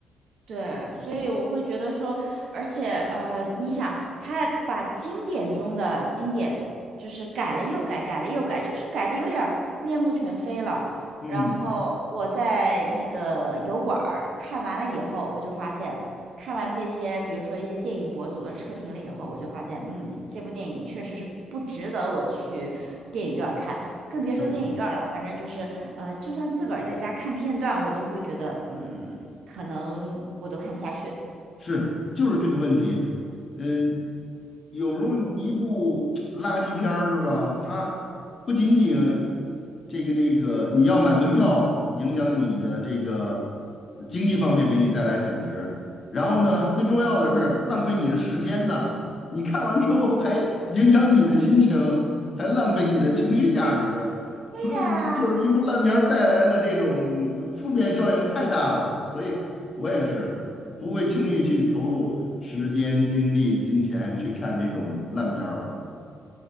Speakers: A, on the right (about 60°); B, on the left (about 35°).
A: 对，所以我会觉得说，而且呃，你想，他把经典中的经典，就是改了又改，改了又改，就是改的有点儿面目全非了。
B: 嗯
A: 然后我在那个油管儿看完了以后，我就发现，看完这些，比如说一些电影博主的测评了以后，我就发现，
B: 嗯，
A: 嗯，这部电影确实是不值得我去电影院看。更别说电影院了，
B: 对。
A: 反正就是呃，就算自个儿在家看片段，我都会觉得，嗯，可能我都看不下去。
B: 是，就是这个问题。嗯，有时候一部 <tsk> 垃圾片儿是吧？它不仅仅这个这个，你要买门票，影响你的这个经济方面给你带来损失。然后呢，
A: 嗯
B: 最重要的是浪费你的时间呢。你看完之后还影响你的心情，还浪费你的情绪价值。
A: 嗯，对呀。
B: 所以呢，就是一部烂片儿带来的这种负面效应太大了。所以我也是不会轻易去投入时间、精力、金钱去看这种烂片儿了。